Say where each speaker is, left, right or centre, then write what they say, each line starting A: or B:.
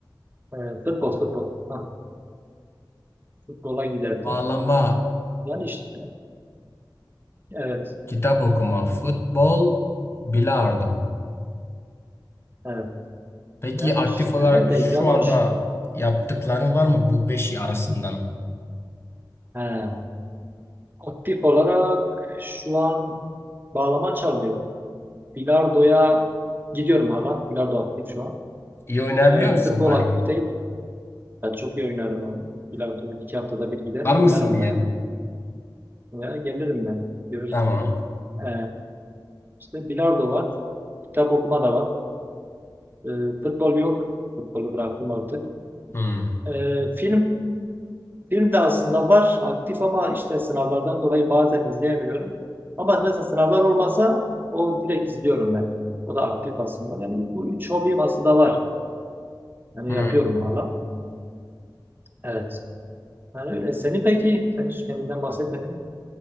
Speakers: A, on the right; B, on the left.
A: Ee, futbol futbol. Ha, futbola giderdim.
B: bağlama,
A: Yani işte evet.
B: kitap okuma, futbol, bilardo.
A: Evet.
B: Peki
A: Yani
B: aktif
A: işte
B: olarak
A: öyleydi
B: şu
A: ama
B: anda
A: ş-
B: yaptıkların var mı bu beşi arasından?
A: He. Aktif olarak şu an bağlama çalmıyorum. Bilardo'ya gidiyorum hala. Bilardo aktif şu an.
B: İyi oynayabiliyor
A: Ee,
B: musun
A: futbol
B: bari?
A: aktif değil. Ben çok iyi oynarım onu. Bilardo iki haftada bir giderim
B: Var
A: oynarım
B: mısın bir
A: bayağı.
B: el?
A: Veya gelirim ben. Görürsün.
B: Tamam.
A: Ee, işte bilardo var. Kitap okuma da var. Ee, futbol yok. Futbolu bıraktım artık.
B: Hmm.
A: Ee, film Film de aslında var aktif ama işte sınavlardan dolayı bazen izleyemiyorum. Ama mesela sınavlar olmasa o direkt izliyorum ben. O da aktif aslında. Yani bu üç hobim aslında var. Yani
B: Hmm.
A: yapıyorum hala. Evet. Yani öyle. Seni peki, sen hiç kendinden bahsetmedin.